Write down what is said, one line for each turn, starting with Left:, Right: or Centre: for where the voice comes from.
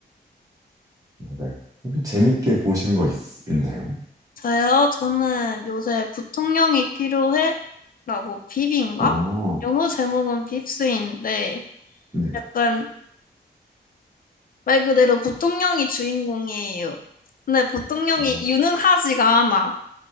Right: 맞아요. 혹시 재밌게 보신 거 있, 있나요?
Left: 저요? 저는 요새 부통령이 필요해? 라고 빕인가?
Right: 어,
Left: 영어 제목은 빕스인데
Right: 네.
Left: 약간 말 그대로 부통령이 주인공이에요. 근데 부통령이
Right: 어,
Left: 유능하지가 않아.